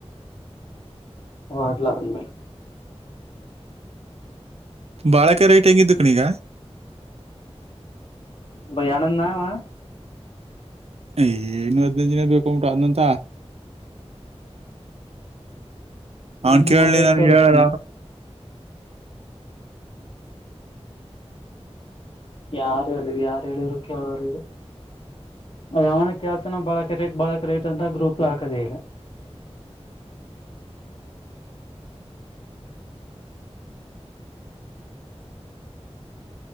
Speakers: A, on the left (about 55°); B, on the right (about 65°).
A: ಹ ಆಟಲ ಮೇಲೆ
B: ಬಾಳಕ ರೈಟ್ ಹೆಂಗಿದ್ದು ಕಣೀಗ
A: ಭಯನಂದ ನ ಹಾ
B: ಏ ಇನ್ನುೂ ಹದ್ನೈದು ದಿನ ಬೇಕು್ಬಟು ಅದ್ನಂತ ಹನ್
A: ಇಲ್ ಮೂವತ್ತೈದ್
B: ಕೇಳಲಿ ನನ್ಗೆ
A: ತೋರಿಸ್ತಾನ
B: ಹೇಳ
A: ಯಾರು ಹೇಳಿರಿ ಯಾರು ಹೇಳಿರು ಕೇಳೋ್ರಿಗ ಯನ ಕ್ಯಾಸನ ಬಾಳಕೆ ರೇಟ್ ಬಾಳಕ ರೇಟ್ ಅಂತ ಗ್ರೂಪ್ಲ್ ಹಾಕದೇ ಇಲ್ಲ ಹ್ಮ್